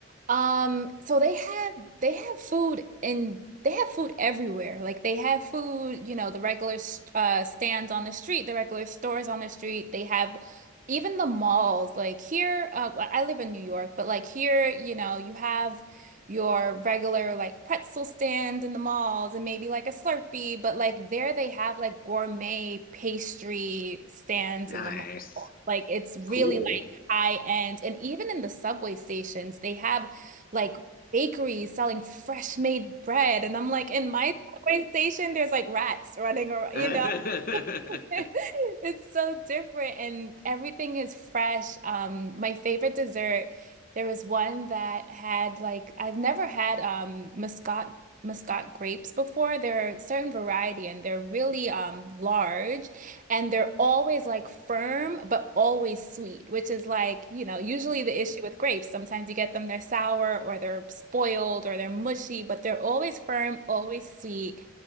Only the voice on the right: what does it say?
Um, so they have they have food in they have food everywhere. Like they have food, you know, the regular uh stands on the street, the regular stores on the street. They have even the malls. Like here, uh, I I live in New York, but like here, you know, you have your regular like pretzel stand in the malls and maybe like a Slurpee, but like there they have like gourmet pastry stands
in the mall. Like it's really
like high end. And even in the subway stations, they have like bakeries selling fresh made bread. And I'm like, in my subway station, there's like rats running around,
you know? <laughs> <laughs> It's so different and everything is fresh. Um, my favorite dessert, there was one that had like I've never had um Muscat Muscat grapes before. They're a certain variety and they're really um large and they're always like firm but always sweet, which is like, you know, usually the issue with grapes. Sometimes you get them they're sour or they're spoiled or they're mushy, but they're always firm, always sweet.